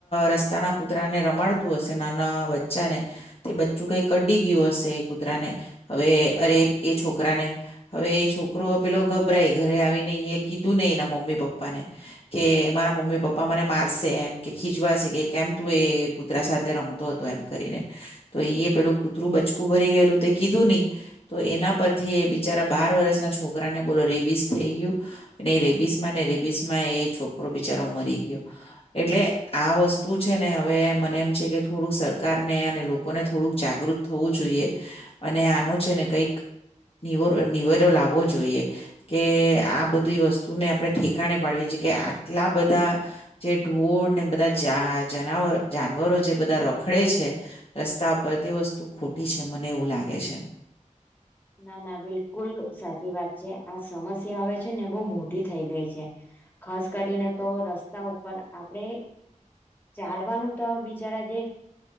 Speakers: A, on the left; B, on the left.
A: રસ્તાના કૂતરાને રમાડતું હશે નાના બચ્ચાને તે બચ્ચું કઈક કડી ગયું હશે એ કૂતરાને હવે અરે એ છોકરાને હવે એ છોકરો પેલો ગભરાય ઘરે આવીને એ કીધું નય એના મમ્મી પપ્પાને કે મારા મમ્મી પપ્પા મને મારસે એમ કે ખીજવાશે કે કેમ તું એ કૂતરા સાથે રમતો હતો એમ કરીને તો એ પેલું કૂતરું બચકું ભરી ગયેલું તે કીધું નહી તો એના પર થી બિચારા બાર વર્ષના છોકરા ને બોલો રેબીસ થઈ ગયું એ રેબીસ માં ને રેબીસ માં એ છોકરો બિચારો મરી ગયો એટલે આ વસ્તુ છે ને હવે મને એમ છે કે થોડુંક સરકારને અને લોકોને થોડુંક જાગૃત થવું જોઈએ અને આનો છે ને કઈક નિવ નિવેરો લાવવો જોઈએ કે આ બધી વસ્તુને આપણે ઠેકાણે પાડવી કે આટલા બધા જે ઢોળ ને બધા જવ જાનવરો જે બધા રખડે છે રસ્તા પર તે વસ્તુ વસ્તુ ખોટી છે મને એવું લાગે છે.
B: ના ના બિલકુલ સાચી વાત છે. આ સમસ્યા અવે છે ને બહુ મોટી થઈ ગઈ છે. ખાસ કરીને તો રસ્તા ઉપર આપડે ચાલવાનું તો બિચારા જે